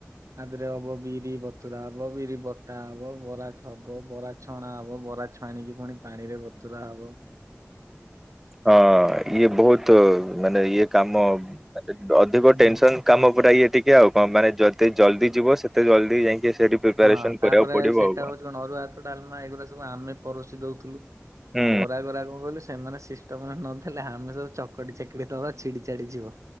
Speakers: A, on the right (about 80°); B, in the centre.
A: ଆଧରେ ହବ ବିରି ବତୁରା ହବ, ବିରି ବଟା ହବ, ବରା ଥବ ବରା ଛଣା ହବ, ବରା ଛାଣିକି ପୁଣି ପାଣିରେ ବତୁରା ହବ।
B: ହଁ ଇଏ ବହୁତ ମାନେ ଇଏ କାମ ମାନେ ଅଧିକ
A: ହୁଁ
B: ଟେନସନ
A: ହୁଁ।
B: କାମ। ଟା ଇଏ ଟିକେ ଆଉ କଣ ମାନେଦେ ଜଲଦି ଯିବ ସେତେ ଜଲଦି ଯାଇ ସେଇଠି ପ୍ରିପାରେସନ
A: ହଁ ତାପରେ
B: କରିବାକୁ ପଡିବ,
A: ସେଟା
B: ଆଉ କଣ?
A: ହଉଛି ଅରୁଆ ଭାତ ଡାଲମା ଏଗୁଡା ସବୁ ଆମେ ପରସି ଦଉଥିଲୁ
B: ହୁଁ
A: ଏ ବରା ଗରା କଣ କହିଲୁ ସେମାନେ ସିଷ୍ଟମରେ ନଥିଲେ ଆମେ ସବୁ ଚକଟି ଚାକିଡ଼ି ଦବା ଛିଡ଼ିଛାଡ଼ି ଯିବ।